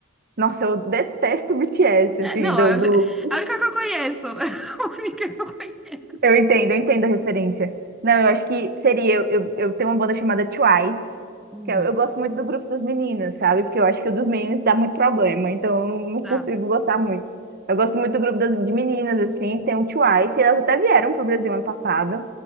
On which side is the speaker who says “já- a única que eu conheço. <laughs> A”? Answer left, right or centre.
Centre